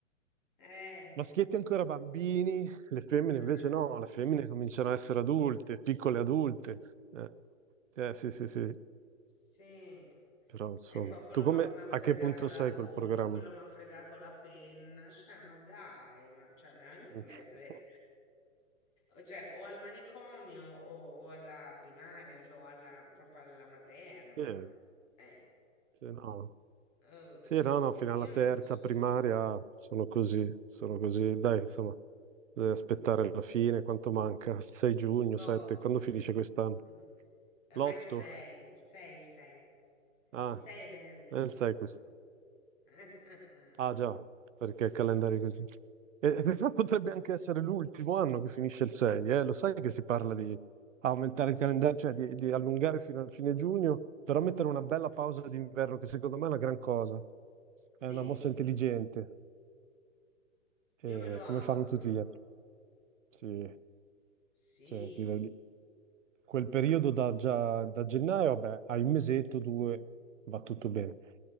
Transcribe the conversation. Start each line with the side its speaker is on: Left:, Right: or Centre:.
Centre: eh.
Right: Maschietti ancora bambini, le femmine
Centre: eh.
Right: invece no, le femmine cominciano a essere adulte, piccole adulte. Eh, eh, sì, sì, sì.
Centre: Sì,
Right: Però insomma,
Centre: e poi quello
Right: tu come,
Centre: m'ha m'ha
Right: a
Centre: fregato
Right: che punto
Centre: la
Right: sei
Centre: gomma,
Right: col programma?
Centre: quello mi ha fregato la penna, cioè ma dai, ma cioè, veramente
Right: <laughs>
Centre: sembra essere o cioè, o al manicomio o, o alla primaria, cioè, o alla, proprio alla materna.
Right: Eh,
Centre: Eh,
Right: sì, no.
Centre: uff,
Right: Sì, no, no, fino
Centre: io
Right: alla
Centre: non
Right: terza
Centre: ne posso
Right: primaria
Centre: più,
Right: sono così, sono così. Dai, insomma, bisogna aspettare la fine, quanto manca? Il 6 giugno,
Centre: poco.
Right: 7, quando finisce quest'anno?
Centre: <laughs> Ormai
Right: L'8?
Centre: il 6, il 6, il 6,
Right: Ah,
Centre: il 6 è venerdì.
Right: è il 6
Centre: eh.
Right: questo.
Centre: <laughs>
Right: Ah, già, perché il calendario è così. E, e in realtà potrebbe anche essere l'ultimo anno che finisce il 6, eh? Lo sai che si parla di aumentare il calendario, cioè di, di allungare fino al fine giugno, però mettere una bella pausa d'inverno, che secondo me è una gran cosa. È
Centre: Sì,
Right: una mossa intelligente, eh,
Centre: io me lo auguro,
Right: come fanno tutti gli altri. Sì,
Centre: sì.
Right: cioè, ti voglio- quel periodo da, già, da gennaio, vabbè, hai un mesetto, due, va tutto bene.